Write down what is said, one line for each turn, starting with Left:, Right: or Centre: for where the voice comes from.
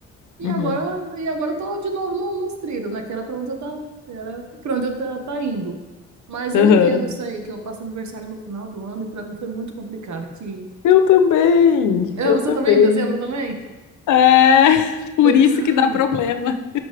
Right: E
Left: Uhum.
Right: agora, e agora eu tô de novo no, nos trilhos, né? Que era para onde eu tá, era para onde eu tá, tá indo. Mas eu
Left: Uhum.
Right: entendo isso aí, que eu faço aniversário no final do ano e para mim foi muito complicado que...
Left: Eu também,
Right: Ah,
Left: eu
Right: Você
Left: também.
Right: também, em dezembro também?
Left: É, <laughs> por
Right: Falei, cara,
Left: isso que dá problema.